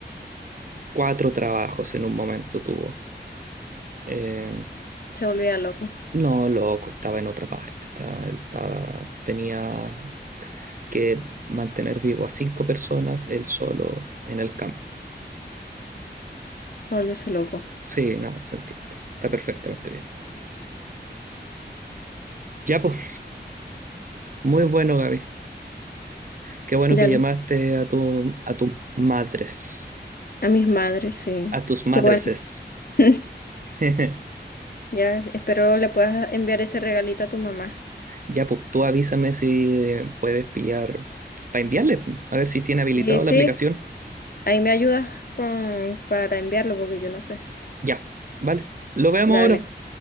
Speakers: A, on the right; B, on the left.
A: cuatro trabajos en un momento tuvo. Eh,
B: se volvía loco,
A: no, loco, estaba en otra parte. Estaba, él estaba- tenía que mantener vivo a cinco personas él solo en el campo.
B: volvióse loco.
A: Sí, no, se entiende. Está perfectamente bien. Ya, pues, muy bueno, Gaby. Qué bueno
B: Ya,
A: que llamaste a tu, a tus madres,
B: a mis madres, sí.
A: a tus madreses.
B: Qué bueno. <laughs>
A: <laughs>
B: Ya, espero le puedas enviar ese regalito a tu mamá.
A: Ya, pues tú avísame si eh, puedes pillar para enviarle, po, a ver si tiene habilitado
B: Y sí,
A: la aplicación.
B: ahí me ayudas con para enviarlo porque yo no sé.
A: Ya, vale. Lo veamos
B: Dale,
A: ahora.